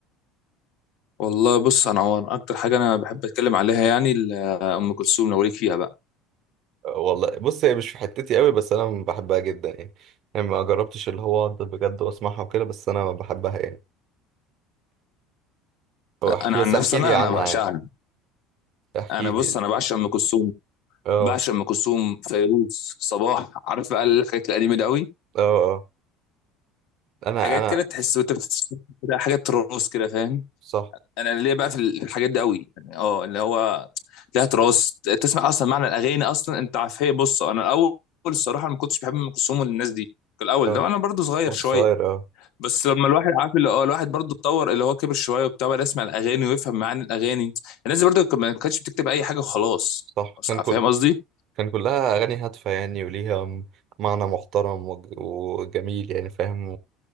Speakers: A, on the left; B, on the right.
A: والله بص انا هو اكتر حاجه انا بحب اتكلم عليها يعني ال- ام كلثوم لو ليك فيها بقى
B: والله بص هي مش في حتتي قوي بس انا بحبها جدا يعني يعني ما جربتش اللي هو اقعد بجد واسمعها وكده بس انا بحبها يعني او احكي
A: انا
B: بس
A: عن نفسي
B: احكي
A: انا
B: لي عنها
A: انا بعشقها
B: يعني احكي
A: انا
B: لي
A: بص انا بعشق ام كلثوم
B: اه
A: بعشق ام كلثوم فيروز صباح عارف بقى الحاجات القديمه دي قوي
B: اه اه انا
A: حاجات
B: انا
A: كده تحس وانت بتتفرج كده حاجه تراث كده فاهم
B: صح
A: انا ليه بقى في الحاجات دي قوي يعني اه اللي هو ليها تراث تسمع اصلا معنى الاغاني اصلا انت عارف هي بص انا الاول الصراحه ما كنتش بحب ام كلثوم والناس دي في الاول
B: اه
A: ده انا برضو صغير
B: وأنت
A: شويه
B: صغير اه
A: بس لما الواحد عارف اللي اه الواحد برضو اتطور اللي هو كبر شويه وبتاع بقى يسمع الاغاني ويفهم معاني الاغاني الناس دي برضو ما كانتش بتكتب اي حاجه وخلاص
B: صح كان كل
A: فاهم قصدي
B: كان كلها اغاني هادفه يعني وليها م- معنى محترم وج- وجميل يعني فاهم